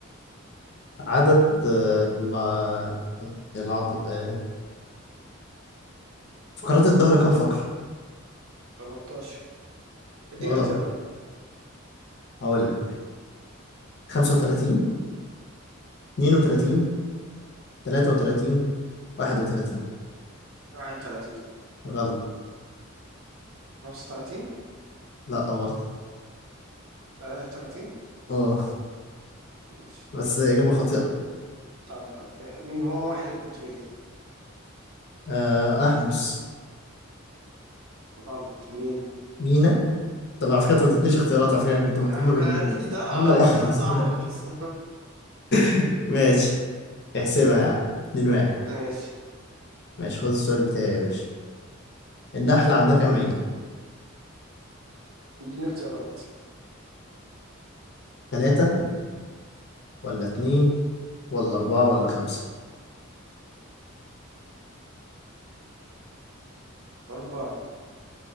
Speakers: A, on the left (about 50°); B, on the right (about 85°).
A: عدد آه الع... العض... آه فقرات الظهر كم فقرة؟
B: 13 اديني
A: غلط
B: اختيارات
A: هقول لك 35 32 33 31
B: 31
A: غلط
B: 35
A: لا برضه
B: 33
A: اه
B: ماشي
A: بس إجابة خاطئة
B: طب اوكي مين هو موحد القطرين
A: آه أحمس
B: غلط مين
A: مينا طب على
B: اه
A: فكرة أنت ما اديتنيش اختيارات على فكرة أنا كنت
B: <laughs> ماليش
A: محتار ما بين
B: دعوة
A: مينا وأحمس
B: انت قلت احمس
A: <laughs> ماشي احسبها يا عم 2 1
B: <laughs> ماشي
A: ماشي خد السؤال بتاعي يا باشا النحلة عندها كام عين؟
B: اديني اختيارات
A: ثلاثة ولا اتنين ولا أربعة ولا خمسة
B: أربعة